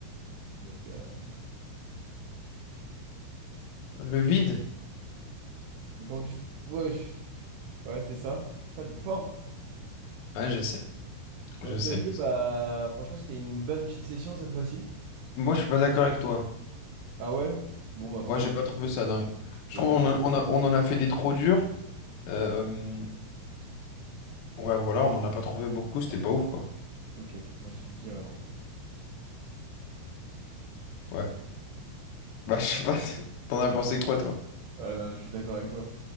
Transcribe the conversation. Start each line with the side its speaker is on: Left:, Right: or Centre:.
Right: Oh, Bah, c'était, euh,
Left: Le vide?
Right: mais comment tu... Wesh. Bah, Ouais, c'était ça. Putain, t'es fort. hein.
Left: Ah, je sais,
Right: Ok,
Left: je sais,
Right: ok,
Left: je
Right: bah
Left: sais.
Right: franchement, c'était une bonne petite session cette fois-ci.
Left: Moi, je suis pas d'accord avec toi.
Right: Ah ouais? Bon, bah tant
Left: Moi,
Right: pis.
Left: j'ai pas trouvé ça dingue. Je
Right: Ok.
Left: trouve on, a- on a- on en a fait des trop durs. Euh, Ouais, voilà, on n'en a pas trouvé beaucoup, c'était pas ouf, quoi.
Right: Ok, moi je suis bien. hein.
Left: Ouais. Bah, je sais pas, <laughs> t'en as pensé quoi, toi?
Right: Ouais, non, je suis d'accord avec toi.